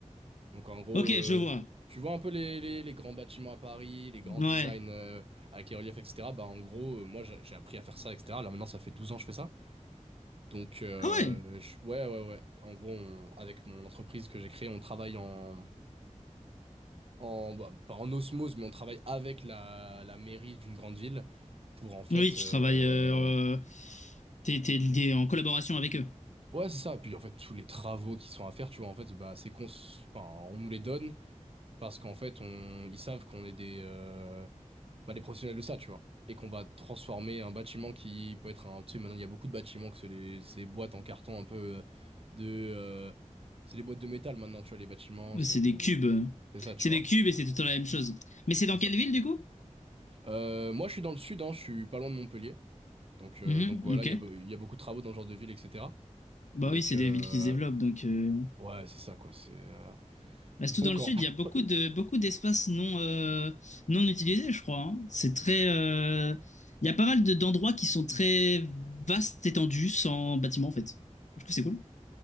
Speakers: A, on the right (about 50°); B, on the left (about 70°).
A: Donc, en gros,
B: Ok,
A: euh,
B: je vois.
A: tu vois un peu les, les- les grands bâtiments à Paris, les grands
B: Ouais.
A: designs euh, avec les reliefs, etc. Bah, en gros, euh, moi, j'ai j'ai appris à faire ça, etc. Là, maintenant, ça fait 12 ans que je fais ça. Donc, euh,
B: Ah ouais?
A: je- ouais, ouais, ouais. En gros, on- avec mon entreprise que j'ai créée, on travaille en, en- bah, pas en osmose, mais on travaille avec la, la mairie d'une grande ville pour, en fait,
B: Oui, tu
A: euh,
B: travailles. Euh, t'es, t'es lié en collaboration avec eux.
A: Ouais, c'est ça. Puis en fait, tous les travaux qui sont à faire, tu vois, en fait, bah, c'est qu'on s- enfin, on nous les donne parce qu'en fait, on, ils savent qu'on est des, euh, bah, des professionnels de ça, tu vois. Et qu'on va transformer un bâtiment qui peut être un. Tu sais, maintenant, il y a beaucoup de bâtiments que c'est des- ces boîtes en carton un peu euh, de. euh, c'est des boîtes de métal maintenant, tu vois, les bâtiments,
B: Ouais,
A: c'est
B: c'est des cubes.
A: c'est ça, tu
B: C'est
A: vois.
B: des cubes et c'est tout le temps la même chose. Mais c'est dans
A: C'est
B: quelle
A: ça.
B: ville du coup?
A: Euh, moi, je suis dans le sud, hein, je suis pas loin de Montpellier. Donc, euh,
B: Mhm,
A: donc voilà,
B: ok.
A: il y a, be- il y a beaucoup de travaux dans ce genre de ville, etc.
B: Bah
A: Donc,
B: oui, c'est
A: euh,
B: des villes qui se développent donc. euh,
A: ouais, c'est ça, quoi. C'est. euh,
B: bah, surtout
A: donc,
B: dans le
A: en,
B: sud, il y a
A: <laughs>
B: beaucoup de beaucoup d'espaces non euh, non utilisés, je crois. hein. C'est très. euh, Il y a pas mal de- d'endroits qui sont très vastes, étendus, sans bâtiment en fait. Du coup, c'est cool.